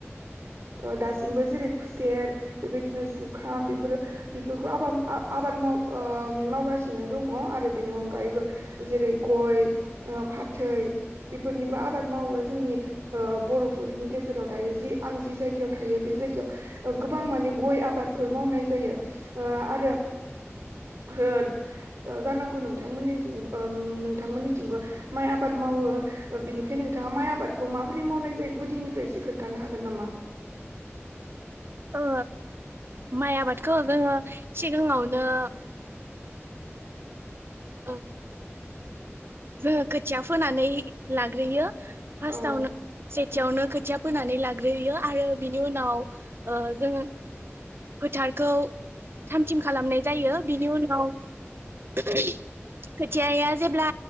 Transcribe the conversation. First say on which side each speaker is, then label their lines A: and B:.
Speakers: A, on the right (about 80°); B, on the right (about 55°).
A: ओ दासिमबो जेरै खुसेर बेबायदिनो जुखाम बेफोरो बेफोरखौ आबा आबा आबाद माव ओ मावगासिनो दङ आरो बेनि अनगायैबो जेरै गय, ओ फाथै बेफोरनिबो आबाद मावो जोंनि ओ बर'फोरनि गेजेराव दायो जि आं जि जायगायाव थायो बे जायगायाव गोबां माने गय आबादफोर मावनाय जायो ओ आरो हो जानांगौ नोंथांमोननिजिं ओ नोंथांमोननिथिंबो माइ आबाद मावो बिनिखायनो नोंथाङा माइ आबादखौ माबोरै मावनाय जायो गुदिनिफ्राय इसे खोन्थानो हागोन नामा।
B: ओ माइ आबादखौ जोङो सिगाङावनो औ जोङो खोथिया फोनानै लाग्रोयो। फास्टाआवनो
A: औ
B: सेथियावनो खो खोथिया फोनानै लाग्रोयो आरो बिनि उनाव जों फोथारखौ थाम थिम खालामनाय जायो बिनि उनाव <inaudible> थियाया जेब्ला